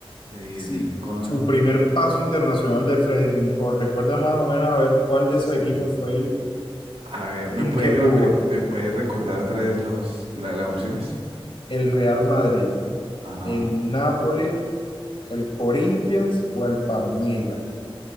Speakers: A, on the right; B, on the left.
A: Freddy
B: Sí,
A: Rincón.
B: su primer paso internacional de Freddy Rincón. Recuerda más o menos a ver cuál de
A: Sí.
B: esos equipos fue el
A: A ver, ¿me
B: en
A: puedes
B: que
A: devolver,
B: jugó.
A: me puedes recordar otra vez los, la- las opciones?
B: El Real Madrid,
A: Ajá.
B: el Nápoles, el Corinthians o el Palmeiras.